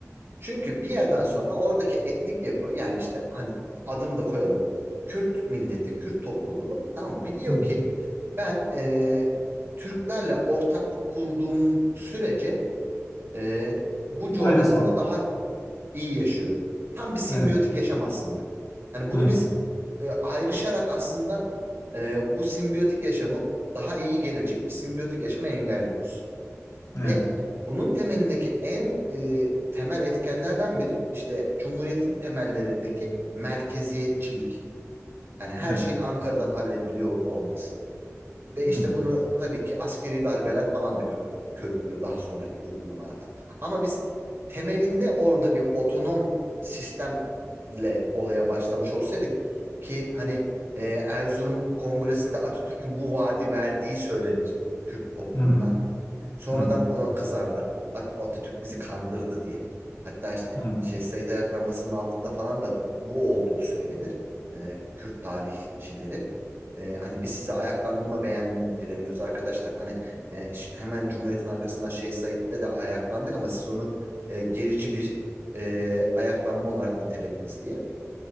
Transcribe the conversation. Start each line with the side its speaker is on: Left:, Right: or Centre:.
Right: Çünkü bir yerden sonra oradaki etnik yapı yani işte hani adını da koyalım. Kürt milleti, Kürt topluluğu tamam mı? biliyor
Left: Hı hı.
Right: ki ben eee, Türklerle ortaklık kurduğum sürece e, bu coğrafyada
Left: Fayda sağlıyor.
Right: daha iyi yaşıyorum. Tam bir simbiyotik
Left: Evet.
Right: yaşam aslında. Yani bunu
Left: Hı hı.
Right: biz e, ayrışarak aslında e, bu simbiyotik yaşamı daha iyi gelecek bir simbiyotik yaşamı engelliyoruz.
Left: Evet.
Right: Ve bunun temelindeki en e, temel etkenlerden biri işte Cumhuriyet'in temellerindeki merkeziyetçilik. Yani her
Left: Evet.
Right: şeyin Ankara'dan hallediliyor olması. Ve işte
Left: Hı hı.
Right: bunu tabii ki askeri darbeler falan da kö- körüklüyor daha sonraki uygulamalarda. Ama biz temelinde orada bir otonom sistemle olaya başlamış olsaydık ki hani e, Erzurum Kongresi'nde Atatürk'ün bu vaadi verdiği söylenir Kürt toplumuna.
Left: Hı hı.
Right: Sonradan
Left: Hı hı.
Right: ona kızarlar. At- Atatürk bizi kandırdı diye. Hatta işte
Left: Hı hı.
Right: Şeyh Said ayaklanmasının altında falan da bu olduğu söylenir. Ee, Kürt tarihçileri. Ee, hani biz size ayaklandırma beğendiremiyoruz arkadaşlar. Hani e, ş- hemen Cumhuriyet'in arkasından Şeyh Said'le de ayaklandık ama siz onu e, gerici bir e, ayaklanma olarak nitelediniz diye.